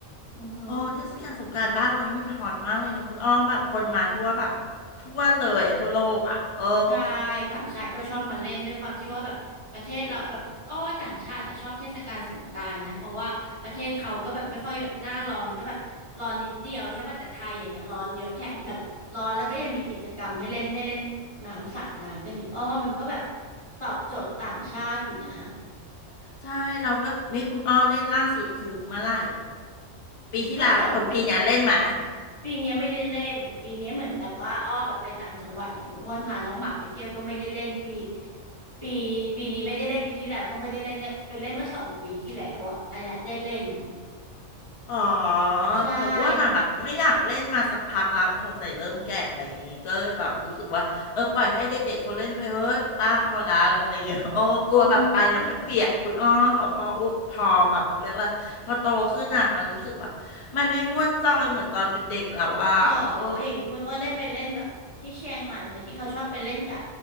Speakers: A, on the left; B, on the left.
A: อือฮึ
B: โอ้เทศกาลสงกรานต์บ้านเรานี่มันฮอตมากเลยนะคุณอ้อแบบคนมาทั่วแบบทั่วเลยอ่ะทั่วโลกอ่ะเออ
A: ใช่ต่างชาติก็ชอบมาเล่นด้วยความที่ว่าแบบประเทศเราแบบอ้อว่าต่างชาติอ่ะชอบเทศกาลสงกรานต์นะเพราะว่าประเทศเขาก็แบบไม่ค่อยแบบหน้าร้อนก็แบบร้อนนิดเดียวใช่ป่ะแต่ไทยอย่างเงี้ยร้อนเยอะแถมแบบร้อนแล้วก็ยังมีกิจกรรมให้เล่นให้เล่นน้ำสาดน้ำกันอีกอ้อว่ามันก็แบบตอบโจทย์ต่างชาติอยู่นะ
B: ใช่เราแบบนี่คุณอ้อเล่นล่าสุดคือเมื่อไหร่ปีที่แล้วเออปีเนี้ยเล่นมา
A: เมื่อสอง ปีเนี้ยไม่ได้เล่นปีเนี้ยเหมือนแบบว่าอ้อแบบไปต่างจังหวัดเน่ยคุณอ้วนพาน้องหมาไปเที่ยวก็ไม่ได้เล่นปีปีปีนี้ไม่ได้เล่นปีที่แล้วก็ไม่ได้เล่นได้ไปเล่นเมื่อสองปีที่แล้วอ่ะอันเนี้ยได้เล่น
B: อ๋อ
A: ใช่
B: แต่อ้วนอ่ะแบบไม่อยากเล่นมาสักพักแล้วคงใส่เริ่มแก่อะไรอย่างงี้ก็เลยแบบรู้สึกว่าเออปล่อยให้เด็กๆเขาเล่นไปเฮ้ยป้าพอละอะไรอย่างเงี้ย <laughs> โอ้กลัวแบบไปแล้วไม่เปียกคุณอ้อพออ้วพอแบบเขาเรียกว่าพอโตขึ้นอ่ะมันรู้สึกแบบมันไม่ม่วนจอยเหมือนตอนเป็นเด็กแล้วอ่ะเออ
A: อืมหรออย่างนี้คุณอ้วนได้ไปเล่นแบบที่เชียงใหม่ปะที่เขาชอบไปเล่นกับ